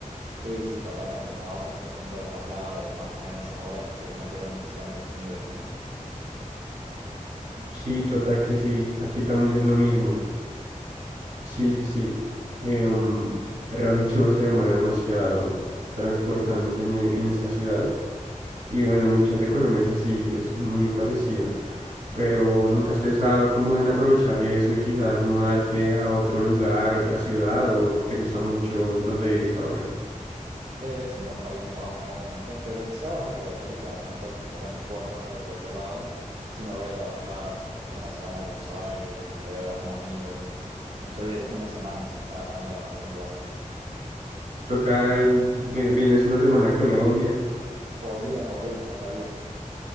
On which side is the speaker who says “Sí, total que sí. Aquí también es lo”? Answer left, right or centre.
Right